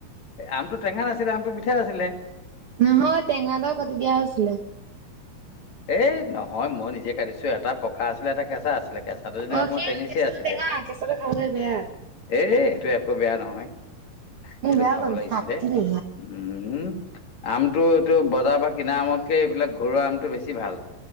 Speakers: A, on the left; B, on the right.
A: এ আমটো টেঙা নাছিলে আমটো মিঠা আছিলে
B: নহয় টেঙা দৰ কাটি দিয়া হৈছিলে
A: এ নহয় মই নিজে কাটিছো এটা পকা আছিলে এটা কেঁচা আছিলে। কেঁচাটো এনেই
B: অ
A: অকণমান
B: সেইটো
A: টেঙিচিয়া
B: কেঁচুটো
A: আছিলে
B: টেঙা কেঁচুটো খাবলৈ বেয়া
A: এই এইটো একো বেয়া নহয়
B: মোক
A: এইটো
B: বেয়া
A: খাব
B: পালো
A: লাগিছিলে
B: থাকিলে
A: উম আমটো এইটো বজাৰ বা কিনা আমতকে এইবিলাক ঘৰুৱা আমটো বেছি বেছি ভাল